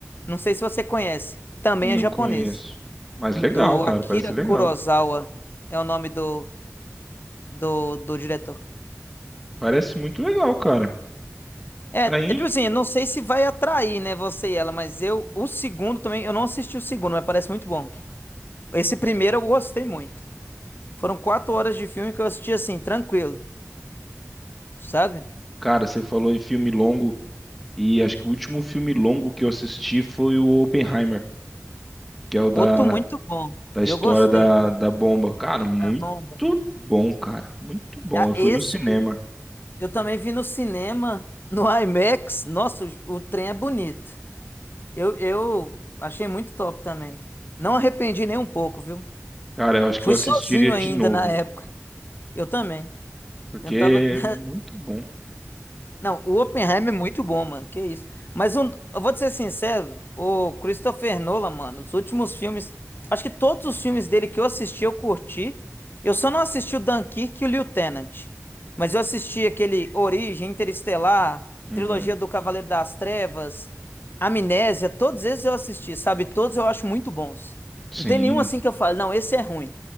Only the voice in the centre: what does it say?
não
conheço. Mas legal,
cara,
parece legal.
Parece muito legal, cara.
Tá
aí.
Cara, você falou em filme longo e acho que o último filme longo que eu assisti foi o Oppenheimer, que é o da,
da
história
da,
da bomba. Cara, muito
bom, cara. Muito bom.
Eu fui
no cinema.
Cara, eu acho
que eu assistiria
de novo,
porque
é
muito bom.
Uhum.
Sim.